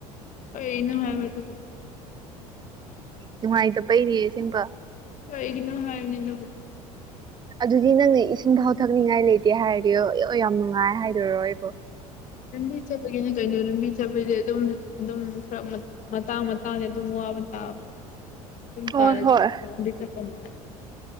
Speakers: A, on the left (about 40°); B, on the right (about 20°).
A: ꯀꯩꯅꯣ ꯍꯥꯏꯕꯗꯨ
B: ꯅꯨꯡꯉꯥꯏꯇꯕꯩꯅꯦ ꯑꯁꯦꯡꯕ
A: ꯀꯤꯒꯤꯅꯣ ꯍꯥꯏꯕꯅꯦ ꯑꯗꯨꯕꯨ
B: ꯑꯗꯨꯗꯤ ꯅꯪꯅ ꯏꯁꯤꯡ ꯐꯥꯎ ꯊꯛꯅꯤꯡꯉꯥꯏ ꯂꯩꯇꯦ ꯍꯥꯏꯔꯗꯤ ꯌꯣ ꯌꯥꯝ ꯅꯨꯡꯉꯥꯏ ꯍꯥꯏꯗꯣꯏꯔꯣ ꯑꯩꯕꯨ
A: ꯂꯝꯕꯤ ꯆꯠꯄꯒꯤꯅꯤ ꯀꯩꯅꯣ ꯂꯝꯕꯤ ꯆꯠꯄꯩꯗꯤ ꯑꯗꯨꯝ ꯑꯗꯨꯝ ꯈꯔ ꯃꯇꯥꯥꯡ ꯃꯇꯥꯡꯅꯦ ꯑꯗꯨꯨꯝ ꯋꯥꯕ ꯇꯕ
B: <inaudible>
A: ꯗꯨꯝ ꯇꯥꯔꯦꯖꯦ
B: ꯍꯣꯏ
A: ꯑꯗꯨꯝꯗꯤ ꯆꯥꯄ ꯃꯥꯜꯂꯦ